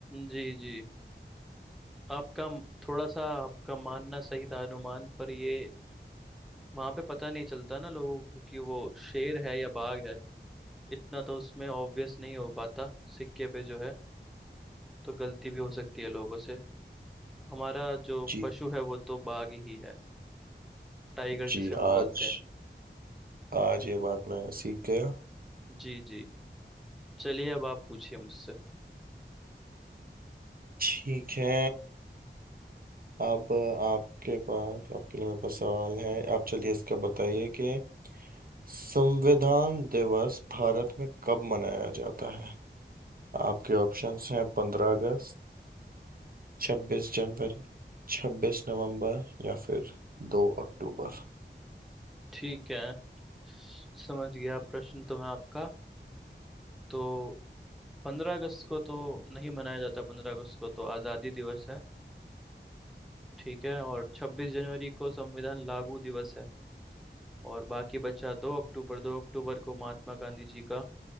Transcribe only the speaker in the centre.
जी जी आपका म- थोड़ा सा आपका मानना सही था अनुमान पर ये वहां पे पता नहीं चलता ना लोगों को कि वो शेर है या बाघ है इतना तो उसमें ऑब्वियस नहीं हो पाता सिक्के पे जो है तो गलती भी हो सकती है लोगों से हमारा जो
पशु है वो तो बाघ ही है टाइगर
जिसे हम बोलते
हैं
जी जी चलिए अब आप पूछिए मुझसे
ठीक है समझ गया प्रश्न तो मैं आपका तो पंद्रह अगस्त को तो नहीं मनाया जाता पंद्रह अगस्त को तो आज़ादी दिवस है ठीक है और छब्बीस जनवरी को संविधान लागू दिवस है और बाकी बचा दो अक्टूबर दो अक्टूबर को महात्मा गांधी जी का